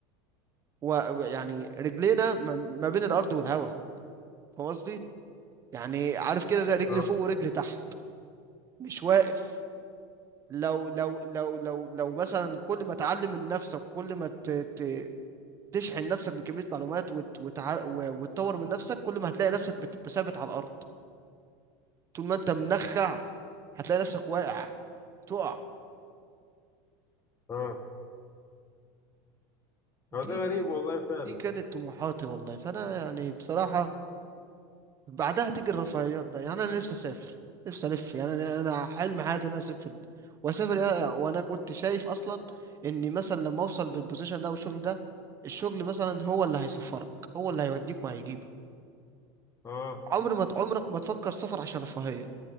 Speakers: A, on the right; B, on the left.
A: ويعني رجلينا ما ما بين الارض والهواء فاهم قصدي يعني عارف كده زي رجلي
B: اه
A: فوق ورجلي تحت مش واقف لو لو لو لو لو مثلا كل ما تعلم من نفسك وكل ما ت- ت- تشحن نفسك بكمية معلومات وت- وتع- و- وتطور من نفسك كل ما هتلاقي نفسك بتبقى ثابت على الأرض طول ما أنت منخع هتلاقي نفسك واقع تقع
B: اه هو
A: دي
B: ده غريب
A: دي
B: والله فعلا
A: دي كانت طموحاتي والله فأنا يعني بصراحة بعدها تيجي الرفاهيات بقى يعني انا نفسي اسافر نفسي الف يعني انا أنا حلم حياتي ان انا اسافر واسافر يا- وانا كنت شايف اصلا اني مثلا لما اوصل بالبوزيشن ده والشغل ده الشغل مثلا هو اللي هيسفرك هو اللي هيوديك وهيجيبك
B: اه
A: عمر ما عمرك ما تفكر سفر عشان رفاهية